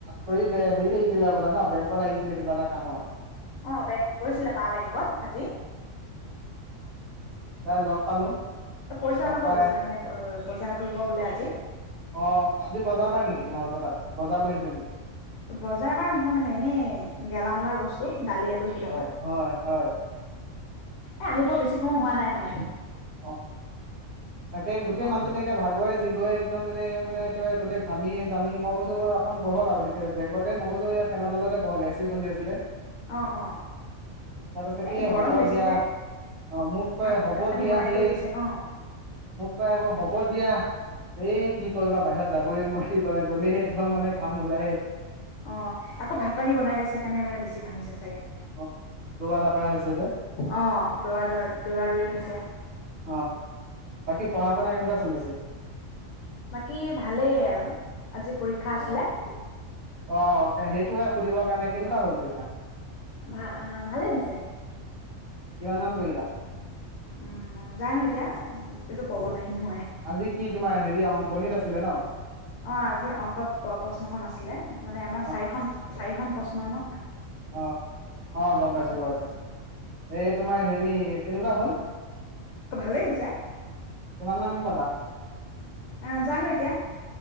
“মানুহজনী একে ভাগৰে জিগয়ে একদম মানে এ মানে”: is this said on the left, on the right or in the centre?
Right